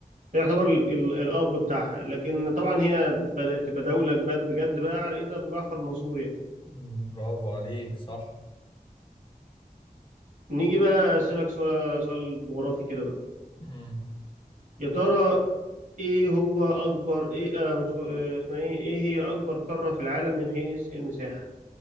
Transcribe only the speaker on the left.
مم، برافو عليك صح
مم،